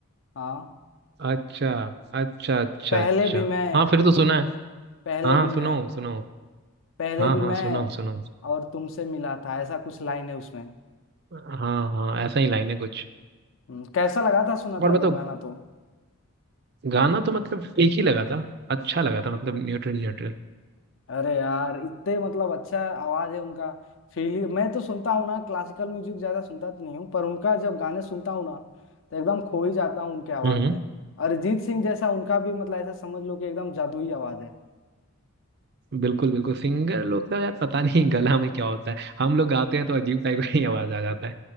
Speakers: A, on the left (about 60°); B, on the right (about 45°).
A: हाँ
B: अच्छा अच्छा अच्छा
A: पहले
B: अच्छा
A: भी मैं
B: हाँ फिर तो सुना है
A: पहले
B: हाँ
A: भी
B: हाँ, सुना
A: मैं
B: हूँ सुना हूँ
A: पहले
B: हाँ
A: भी
B: हाँ
A: मैं
B: सुना हूँ सुना हूँ
A: और तुमसे मिला था ऐसा कुछ लाइन है उसमें
B: हाँ हाँ ऐसा ही लाइन है कुछ
A: हम्म, कैसा लगा था सुना
B: और
A: था
B: बताओ
A: तो गाना तो
B: गाना तो मतलब एक ही लगा था अच्छा लगा था मतलब न्यूट्रल न्यूट्रल
A: अरे यार इतने मतलब अच्छा आवाज है उनका फील मैं तो सुनता हूँ ना क्लासिकल म्यूजिक ज्यादा सुनता तो नहीं हूँ पर उनका जब गाने सुनता हूँ ना तो एकदम खो ही जाता हूँ उनके आवाज
B: हम्म हम्म।
A: में अरिजीत सिंह जैसा उनका भी मतलब ऐसा समझ लो कि एकदम जादुई आवाज है
B: बिल्कुल बिल्कुल सिंगर लोग का यार पता नहीं <laughs> गला में क्या होता है हम लोग गाते हैं तो अजीब टाइप की आवाज आ जाता है